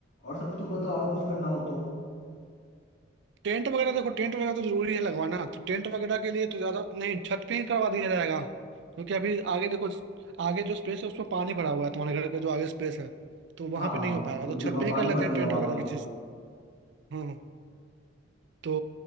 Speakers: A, on the left; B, on the right.
A: और सब तुम बताओ और कुछ करना हो तो
B: टेंट वगैरह देखो टेंट वगैरह तो जरूरी है लगवाना तो टेंट वगैरह के लिए तो ज्यादा नहीं छत पे ही करवा दिया जाएगा क्योंकि अभी आगे देखो आगे जो स्पेस है उसमें पानी भरा हुआ है तुम्हारे घर का जो आगे स्पेस है तो वहां
A: हाँ
B: पे
A: हाँ
B: नहीं हो पाएगा
A: बिल्कुल
B: तो छत
A: वहाँ
B: पे ही
A: पानी
B: कर लेते
A: भर
B: हैं
A: गया
B: टेंट
A: वहाँ
B: वगैरह
A: पे
B: की चीज हाँ हाँ। तो